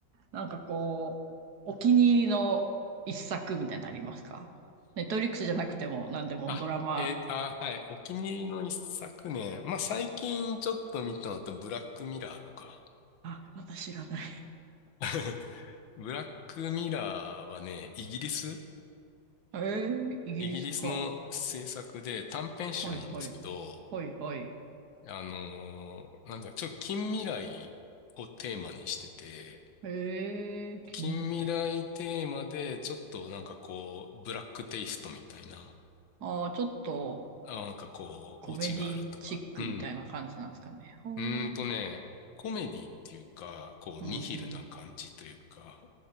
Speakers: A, on the right; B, on the left.
A: なんかこう、お気に入りの一作みたいなのありますかネットフリックスじゃなくても何でもドラマ、
B: あ、えーあ、はい。お気に入りの一作ねまあ、最近ちょっと見たのと、ブラックミラーとか。
A: あ、私知らない。
B: <laughs> ブラックミラーはね、イギリス
A: ええ、イギリスか。
B: イギリスの制作で短編集なんですけど、
A: はいはい。はいはい。
B: あのーなんだよ、ちょっと近未来をテーマにしてて、
A: ええ、近未来。
B: 近未来テーマでちょっとなんかこう、ブラックテイストみたいな、
A: ああ、ちょっと
B: あ、なんかこう、
A: コメディチックみたいな感じなんですかね。
B: オチがあるとか、うん。
A: ほう
B: うーんとね、コメディっていうか、こう、
A: うんうん。
B: ニヒルな感じというか、